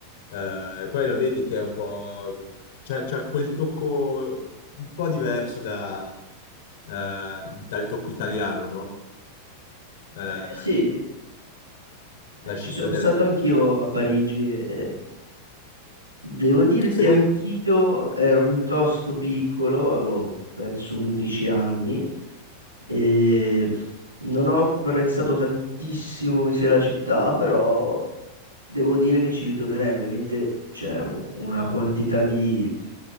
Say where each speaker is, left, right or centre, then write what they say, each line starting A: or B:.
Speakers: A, on the left; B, on the right.
A: Eh, e poi la vedi che è un po'... c'ha c'ha quel tocco un po' diverso da, eh, dal tocco italiano, no? Eh,
B: Eh, sì, sai,
A: la
B: ci
A: città
B: sono
A: dell'amore.
B: stato anch'io a Parigi e Devo dirti,
A: Sì,
B: anch'io ero piuttosto piccolo, avevo penso 11 anni, e non ho apprezzato tantissimo in sé la città, però devo dire che ci ritornerei. Ovviamente c'è u- una quantità di